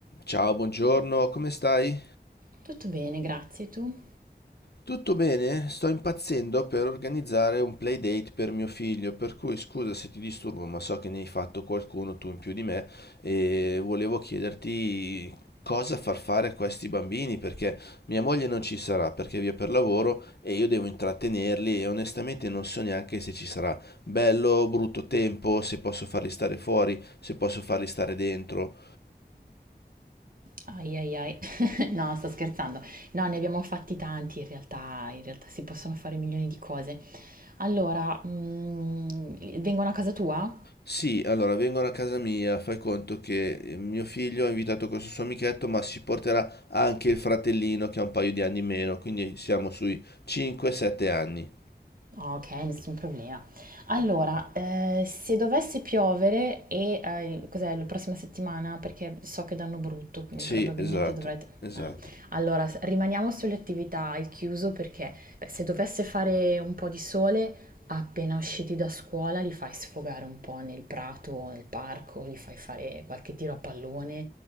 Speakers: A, on the left; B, on the right.
A: Ciao, buongiorno, come stai?
B: Tutto bene, grazie. Tu?
A: Tutto bene? Sto impazzendo per organizzare un playdate per mio figlio, per cui scusa se ti disturbo, ma so che ne hai fatto qualcuno tu in più di me e volevo chiederti cosa far fare a questi bambini, perché mia moglie non ci sarà, perché è via per lavoro e io devo intrattenerli e onestamente non so neanche se ci sarà bello o brutto tempo, se posso farli stare fuori, se posso farli stare dentro.
B: Ai ai ai. <laughs> No, sto scherzando. No, ne abbiamo fatti tanti in realtà, in realtà si possono fare milioni di cose. Allora, mm, vengono a casa tua?
A: Sì, allora vengono a casa mia, fai conto che eh, mio figlio ha invitato questo suo amichetto, ma si porterà anche il fratellino che ha un paio di anni in meno, quindi siamo sui 5-7 anni.
B: Ok, nessun problema. Allora, eh, se dovesse piovere e eh, cos'è, la prossima settimana, perché so che danno brutto, quindi
A: Sì,
B: probabilmente
A: esatto,
B: dovrete...
A: esatto.
B: eh. Allora, s- rimaniamo sulle attività al chiuso perché beh, se dovesse fare un po' di sole, appena usciti da scuola li fai sfogare un po' nel prato o nel parco, li fai fare qualche tiro a pallone,